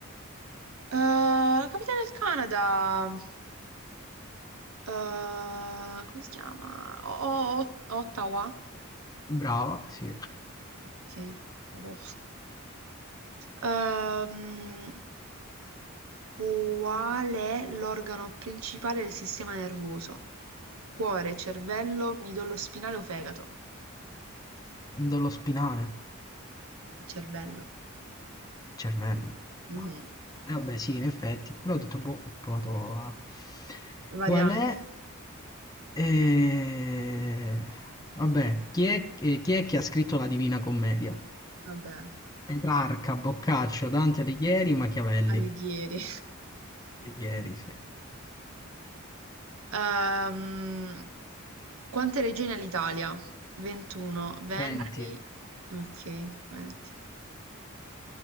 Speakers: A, on the right; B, on the left.
A: Eh, la capitale del Canada, eh, come si chiama? O- O- Ottawa?
B: Brava, sì.
A: Ok, vabbò. Ehm, qual è l'organo principale del sistema nervoso? Cuore, cervello, midollo spinale o fegato?
B: Mi do lo spinale.
A: Il Cervello.
B: Cervello,
A: Mhm.
B: ma eh vabbè sì, in effetti, però ho detto, boh, ho provato a...
A: Variabile.
B: Qual è? Eh, Vabbè, chi è, eh, chi è che ha scritto la Divina Commedia?
A: Vabbè,
B: Petrarca, Boccaccio, Dante Alighieri, Machiavelli.
A: Alighieri.
B: Alighieri, sì.
A: Ehm, quante regioni ha l'Italia? 21, 20,
B: 20.
A: ok, 20.